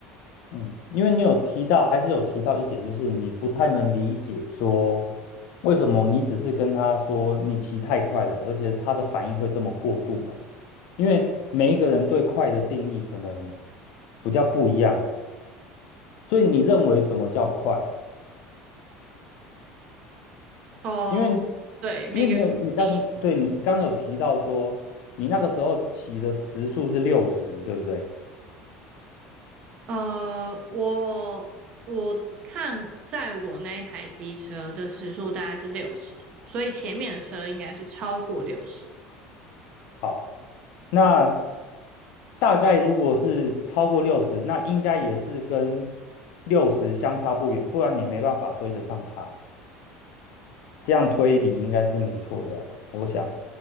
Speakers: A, on the left; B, on the right.
A: 嗯，因为你有提到，还是有提到一点，就是你不太能理解说为什么你只是跟他说你骑太快了，而且他的反应会这么过度了。因为每一个人对快的定义可能比较不一样，所以你认为什么叫快？
B: 哦，
A: 因为
B: 对，每个人第一，
A: 因为你有你刚对你你刚刚有提到说你那个时候骑的时速是六十，对不对？
B: 呃，我我看在我那一台机车的时速大概是六十，所以前面的车应该是超过六十。
A: 好。那大概如果是超过六十，那应该也是跟六十相差不远，不然你没办法追得上它。这样推理应该是没错的啊我想。